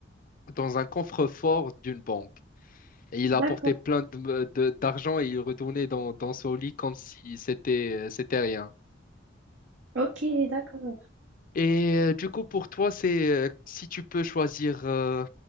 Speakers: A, on the left; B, on the right.
A: dans un coffre-fort d'une banque. Et il
B: d'accord.
A: apportait plein de- de- d'argent et il retournait dans, dans son lit comme si c'était, euh, c'était rien.
B: Ok, d'accord.
A: Et euh, du coup, pour toi, c'est euh, si tu peux choisir euh,